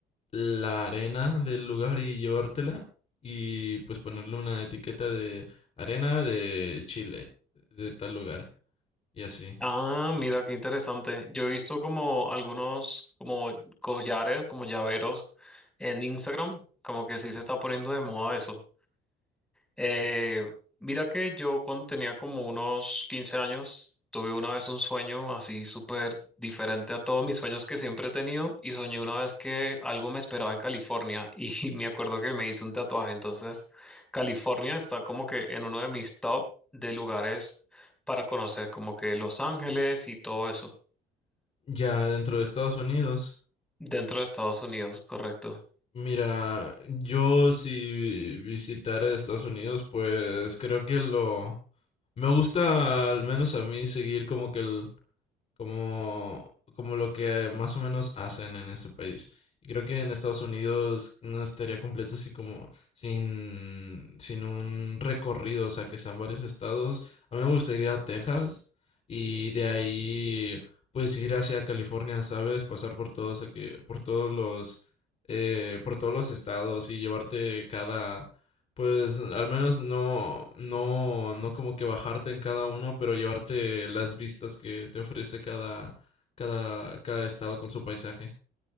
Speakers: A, on the left (about 40°); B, in the centre.
A: la arena del lugar y llevártela y pues ponerle una etiqueta de arena de Chile, de tal lugar y así.
B: Ah, mira, qué interesante. Yo he visto como algunos como collares, como llaveros en Instagram, como que sí se está poniendo de moda eso. Eh, mira que yo cuando tenía como unos 15 años, tuve una vez un sueño así súper diferente a todos mis sueños que siempre he tenido y soñé una vez que algo me esperaba en California y <laughs> me acuerdo que me hice un tatuaje. Entonces, California está como que en uno de mis top de lugares para conocer, como que Los Ángeles y todo eso,
A: Ya dentro de Estados Unidos,
B: dentro de Estados Unidos, correcto.
A: mira, yo si visitara Estados Unidos, pues creo que lo... Me gusta al menos a mí seguir como que el, como, como lo que más o menos hacen en ese país. Y creo que en Estados Unidos no estaría completo así como sin, sin un recorrido, o sea, que sean varios estados. A mí me gustaría ir a Texas y de ahí pues ir hacia California, ¿sabes? Pasar por todos, aqu- por todos los, eh, por todos los estados y llevarte cada, pues al menos no, no, no como que bajarte en cada uno, pero llevarte las vistas que te ofrece cada, cada, cada estado con su paisaje.